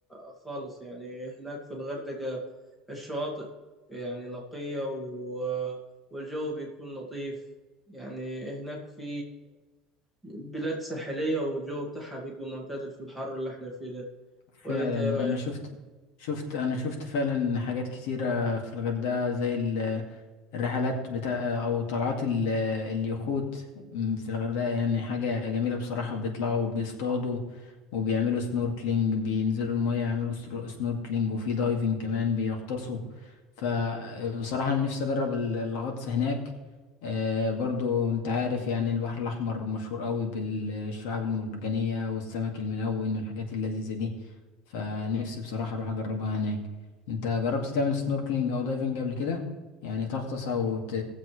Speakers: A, in the centre; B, on the left.
A: خالص يعني هناك في الغردقة الشواطئ يعني نقية و- والجو بيكون لطيف يعني هناك في بلاد ساحلية والجو بتاعها بيبقى معتدل في الحر اللي احنا فيه ده
B: فعلا
A: قول لي انت ايه رأيك
B: انا شفت شفت انا شفت فعلا حاجات كتيرة في الغردقة زي ال الرحلات بتاع او طلعات ال- اليخوت في الغردقة يعني حاجة جميلة بصراحة بيطلعوا بيصطادوا وبيعملوا سنوركلينج بينزلوا المية يعملوا سر- سنوركلينج وفي دايفنج كمان بيغطسوا فبصراحة أنا نفسي أجرب ال- الغطس هناك آه، برضو أنت عارف يعني البحر الأحمر مشهور قوي بالشعاب المرجانية والسمك الملون والحاجات اللذيذة دي فنفسي بصراحة أروح أجربها هناك أنت جربت تعمل سنوركلينج أو دايفنج قبل كده؟ يعني تغطس او ت...